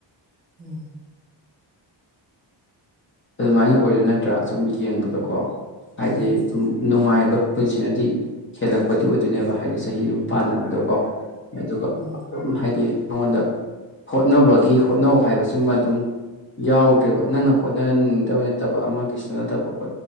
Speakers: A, on the right (about 15°); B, on the left (about 25°).
A: ꯎꯝ
B: ꯑꯗꯨꯃꯥꯏꯅ ꯑꯣꯏꯗꯣꯏ ꯅꯠꯇ꯭ꯔꯥ ꯁꯨꯝ ꯌꯦꯡꯕꯗꯀꯣ
A: ꯑꯣꯏꯗꯣꯏꯅꯤ
B: ꯍꯥꯏꯗꯤ ꯁꯨꯝ ꯅꯨꯡꯉꯥꯏꯕ ꯄꯨꯟꯁꯤꯅꯗꯤ ꯍꯦꯜꯂꯛꯄꯗꯤ ꯑꯣꯏꯗꯣꯏꯅꯦꯕ ꯍꯥꯏꯗꯤ ꯆꯍꯤ ꯑꯗꯨꯝ ꯄꯥꯟꯅꯕꯗꯣ ꯀꯣ ꯑꯗꯨꯒ
A: ꯎꯝ
B: ꯑꯗꯨꯝ ꯍꯥꯏꯗꯤ ꯑꯩꯉꯣꯟꯗ ꯍꯣꯠꯅꯕꯒꯤ ꯍꯣꯠꯅꯧ ꯍꯥꯏꯕꯁꯤꯃ ꯑꯗꯨꯝ ꯌꯥꯎꯗ꯭ꯔꯦꯕ ꯅꯪꯅ ꯍꯣꯠ <unintelligible> ꯅꯠꯇꯕ ꯑꯃꯒꯤꯁꯨ ꯅꯠꯇꯕ ꯀꯣ